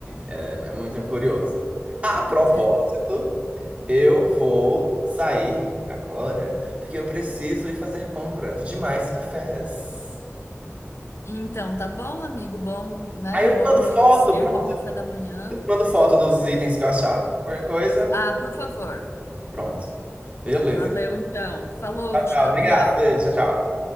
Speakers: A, on the right; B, on the left.
A: é, é muito curioso. A propósito.
B: <laughs>
A: Eu vou sair agora, porque eu preciso ir fazer compra de mais cafés.
B: Então, tá bom, amigo? Bom, né?
A: Aí eu
B: Bom
A: te mando
B: amanhecer,
A: foto, pronto.
B: bom café da manhã.
A: Eu te mando foto dos itens que eu achar. Qualquer coisa,
B: Ah, por favor.
A: pronto. Beleza.
B: Valeu, então. Falou,
A: Tchau,
B: Tia-
A: tchau. Obrigado.
B: Iago.
A: Beijo. Tchau, tchau.